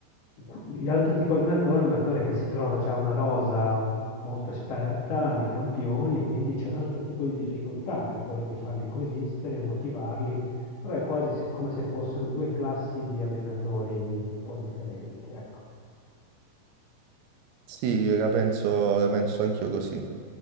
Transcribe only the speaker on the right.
Sì, la penso, la penso anch'io così.